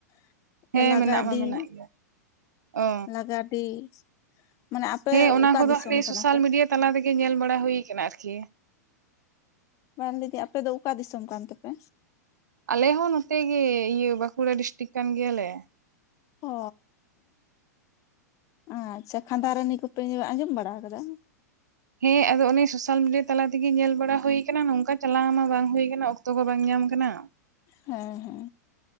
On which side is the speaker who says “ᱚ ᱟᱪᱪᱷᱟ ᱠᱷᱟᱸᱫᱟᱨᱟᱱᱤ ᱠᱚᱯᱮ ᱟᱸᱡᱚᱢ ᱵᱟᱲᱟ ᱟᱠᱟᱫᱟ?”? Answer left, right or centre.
Left